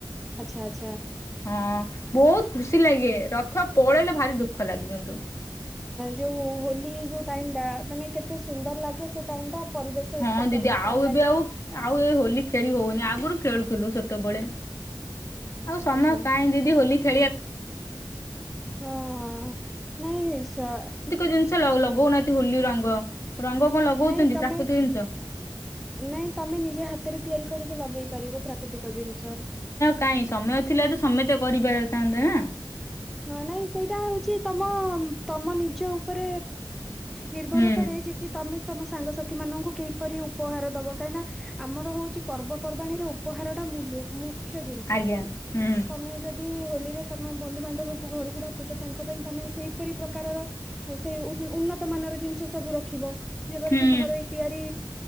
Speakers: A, in the centre; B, on the left (about 40°).
A: ଆଚ୍ଛା ଆଚ୍ଛା।
B: ହଁ ବହୁତ୍ ଖୁସି ଲାଗେ, ରଥ ପଳେଇଲେ ଭାରି ଦୁଃଖ ଲାଗେ କିନ୍ତୁ।
A: ଯଉ ହୋଲି ଯଉ ଟାଇମ୍ ଟା, ମାନେ କେତେ ସୁନ୍ଦର୍ ଲାଗେ ସେ ଟାଇମ୍ ଟା। ପରିବେଶ
B: ହଁ
A: ଏତେ
B: ଦିଦି,
A: ପରିଷ୍କାର
B: ଆଉ
A: ଲାଗେ
B: ଏବେ ଆଉ ଆଉ ଏ ହୋଲି ଖେଳି ହଉନି, ଆଗୁରୁ ଖେଳୁ ଥୁଲୁ ସେତବଳେ। ଆଉ ସମୟ
A: ଆଚ୍ଛା
B: କାହିଁ ଦିଦି ହୋଲି <inaudible>
A: ହଁ <inaudible>
B: ଜିନ୍‌ଷ ଲଗଉ ନାହାନ୍ତି ହୋଲି ରଙ୍ଗ, ରଙ୍ଗ କ ଲଗଉଚନ୍ତି,
A: ନାଇଁ ତମେ
B: ପ୍ରାକୃତି ଜିନ୍‌ଷ?
A: ନାଇଁ ତମେ ନିଜେ ହାତେରେ ତିଆରି କରିକି, ଲଗେଇ ପାରିବ ପ୍ରାକୃତିକ ଜିନ୍‌ଷ।
B: କାଇଁ ସମୟ ଥିଲା ତ ସମେତେ କରି ପା--ଥାନ୍ତେ ନା।
A: ହଁ ନାଇଁ, ସେଇଟା ହଉଚି ତମ ତମ ନିଜ ଉପରେ। ନିର୍ଭର
B: ହୁଁ
A: କରେ କି ତମେ ତମ ସାଙ୍ଗସାଥି ମାନଙ୍କୁ ପରି ଉପହାର ଦବ। କାହିଁ ନା ଆମର ହଉଚି ପର୍ବ ପର୍ବାଣୀ ରୁ ଉପହାର ଟା ମୂଲ୍ୟ ମୁଖ୍ୟ ଜିନ୍‌ଷ।
B: ଆଜ୍ଞା ହୁଁ
A: ତମେ ଯଦି ହୋଲିରେ ତମ ବନ୍ଧୁ ବାନ୍ଧବ ଘରୁକୁ ଡ଼ାକୁଚ, ତାଙ୍କ ପାଇଁ ତମେ ସେଇ ପରି ପ୍ରକାରର ସେଇ ଉନ୍ନତ ମାନର ଜିନ୍‌ଷ ସବୁ ରଖିବ। ଯେପରିକି
B: ହୁଁ
A: ଘରୋ ତିଆରି